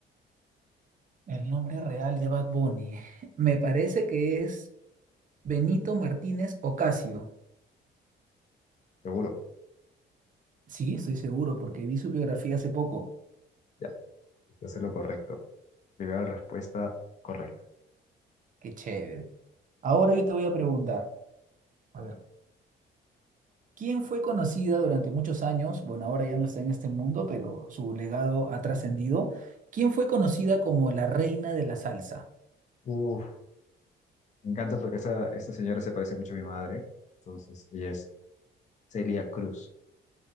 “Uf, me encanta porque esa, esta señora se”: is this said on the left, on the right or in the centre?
Left